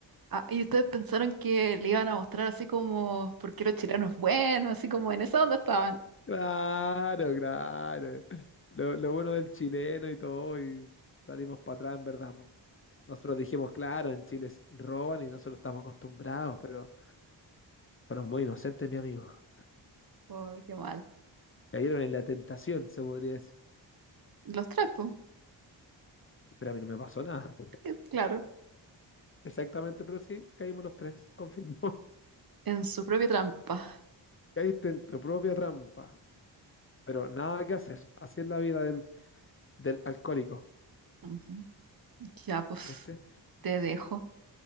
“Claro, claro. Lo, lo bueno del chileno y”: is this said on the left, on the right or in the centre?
Left